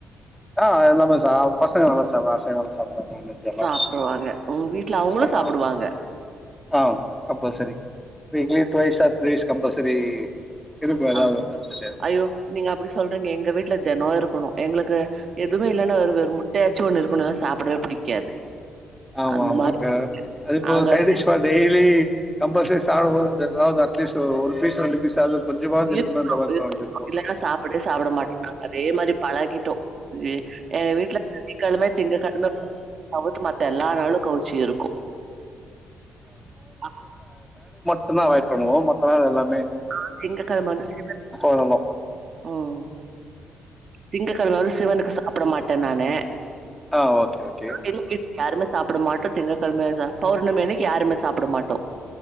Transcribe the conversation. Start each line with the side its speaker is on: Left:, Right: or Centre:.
Centre: ஆ எல்லாமே சா பசங்க நல்லா சாவகா <unintelligible> நான்வெஜ் எல்லா
Right: சாப்டுவாங்க. உங்க வீட்ல அவங்களும்
Centre: ஆமா
Right: சாப்டுவாங்க.
Centre: ஆமா ஆ கம்பல்சரி வீக்லி டுவய்ஸ் ஆ திரைஸ் கம்பல்சரி இருக்கு ஏதாவது
Right: ஆ
Centre: ஒன்னு எடுத்துட்டே இருப்போ
Right: ஐயோ நீங்க அப்பிடி சொல்றீங்க எங்க வீட் வீட்ல தினோ இருக்கணு எங்களுக்கு எதுவுமே இல்லைன்னா வெறும்முட் முட்டையாச்சு ஒண்ணு இருக்கணு இல்லா சாப்பிடவே பிடிக்காது
Centre: ஆமா
Right: அந்த
Centre: ஆமாக்கா
Right: மாரி
Centre: அதுப்போ
Right: நாங்க
Centre: சைடிஷ்
Right: அப்டி
Centre: பார் டெய்லி கம்பல்சரி சாப்பிடுபோது அது எதாவது அட்லீஸ் ஒரு பீஸ் ரெண்டு பீஸ்வது கொஞ்சமாவது இருக்குணும்ன்ற
Right: இருக்கணும்
Centre: மாரி
Right: இருக்கணும்.
Centre: தோணுது இருப்போ
Right: இல்லன்னா சாப்பிடவே சாப்பிட மாட்டோம். நாங்க அதே மாரி <unintelligible> இது எங்க வீட்டுல சனிக்கிழம திங்க கிழம தவித்து மத்த எல்லா நாளு கவுச்சி இருக்கு ஆமா
Centre: மட்டுதா அவாய்ட் பண்ணுவோ மத்த நாள் எல்லா
Right: அ திங்க கிழமை வந்து சிவன்
Centre: வேணாலு
Right: ம் திங்க கிழமை வந்து சிவனுக்கு சாப்பிட மாட் ட நானு
Centre: ஆ ஓகே ஓகே
Right: எங்க வீட்ல யாருமே சாப்பிட மாட்டோ திங்கக்கிழமைைய ச பௌர்ணமியனக்கி யாருமே சாப்பிட மாட்டோ